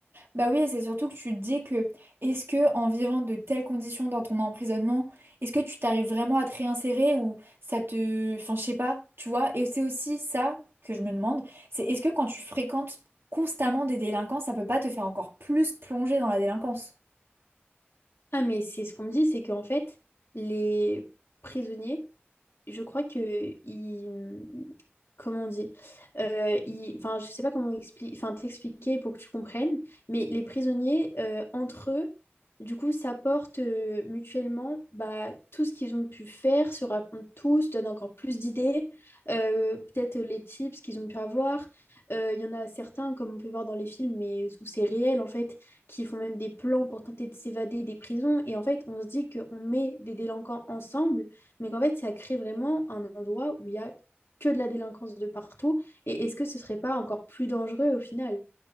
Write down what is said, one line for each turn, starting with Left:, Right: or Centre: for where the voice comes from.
Right: Bah oui, et c'est surtout que tu te dis que est-ce que en vivant de telles conditions dans ton emprisonnement, est-ce que tu t'arrives vraiment à te réinsérer ou ça te... Enfin, je sais pas, tu vois. Et c'est aussi ça que je me demande, c'est est-ce que quand tu fréquentes constamment des délinquants, ça peut pas te faire encore plus plonger dans la délinquance?
Left: Ah mais c'est ce qu'on me dit, c'est qu'en fait les prisonniers je crois que il comment on dit Euh, il- enfin je sais pas comment expli- enfin t'expliquer pour que tu comprennes mais les prisonniers euh, entre eux du coup s'apportent euh, mutuellement bah tout ce qu'ils ont pu faire se racontent tous donnent encore plus d'idées euh, peut-être les tips qu'ils ont pu avoir Euh, il y en a certains comme on peut voir dans les films mais où c'est réel en fait qui font même des plans pour tenter de s'évader des prisons et en fait on se dit qu'on met des délinquants ensemble mais qu'en fait, ça crée vraiment un endroit où il y a que de la délinquance de partout. Et est-ce que ce serait pas encore plus dangereux au final?